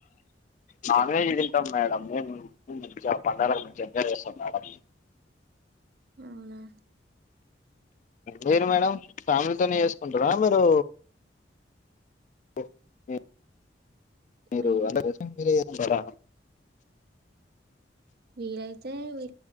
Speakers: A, on the left; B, on the right.
A: నాన్ వెజ్ హే తింటాం మేడం మేము మంచిగా ఆ పండగలకు ఎంజాయ్ చేస్తాం మేడమ్
B: అవునా
A: మీరు మేడం ఫ్యామిలీతోనే చేసుకుంటారా మీరు ఒ ఇ మీరు
B: మీ
A: అంటే క్వశ్చన్ మీరే ఉండడాం
B: వీలైతే వి